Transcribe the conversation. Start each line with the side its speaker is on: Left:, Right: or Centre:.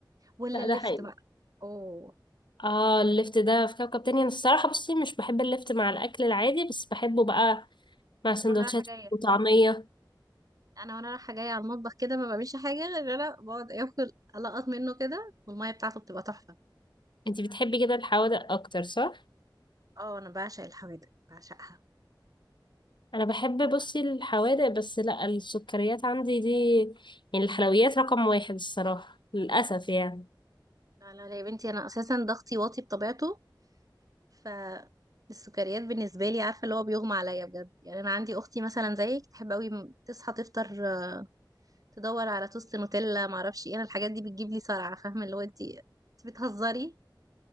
Right: ولا
Left: لا
Right: اللفت
Left: ده حقيقي
Right: بقى أوه
Left: اه الليفت ده في كوكب تاني انا الصراحة بصي مش بحب الليفت مع الاكل العادي بس بحبه بقى مع سندوتشات
Right: وأنا رايحة جاية
Left: وطعمية
Right: أنا وأنا رايحة جاية على المطبخ كده ما بعملش حاجة غير إن أنا بقعد آكل ألقط منه كده والمية بتاعته بتبقى تحفة
Left: انتي بتحبي كده الحوادق اكتر صح؟
Right: أه أنا بعشق الحوادق بعشقها
Left: انا بحب بصي الحوادق بس لا السكريات عندي دي يعني الحلويات رقم واحد الصراحة للأسف يعني
Right: لا لا لا يا بنتي أنا أساسا ضغطي واطي بطبيعته فالسكريات بالنسبة لي عارفة اللي هو بيغمى عليا بجد يعني أنا عندي أختي مثلا زيك تحب أوي م- تصحى تفطر آه، تدور على توست نوتيلا معرفش إيه أنا الحاجات دي بتجيب لي صرعة فاهمة اللي هو أنت بتهزري